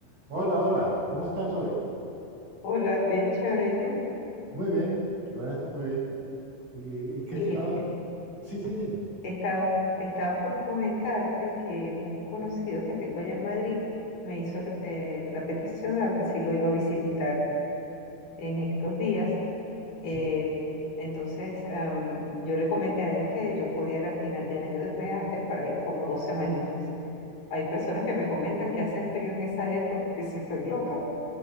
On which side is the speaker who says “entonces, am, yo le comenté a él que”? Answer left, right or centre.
Left